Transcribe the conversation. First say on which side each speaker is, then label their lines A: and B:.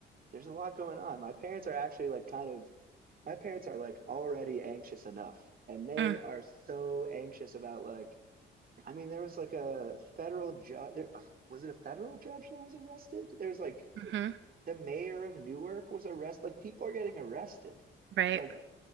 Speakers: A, on the right (about 45°); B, on the right (about 70°).
A: there's a lot going on. My parents are actually like kind of my parents are like already anxious enough, and they
B: Mm,
A: are so anxious about like I mean there was like a federal judge there was it a federal judge that was arrested? There's like
B: hmm
A: the mayor of Newark was arrested. Like people are getting arrested.
B: Right.
A: Like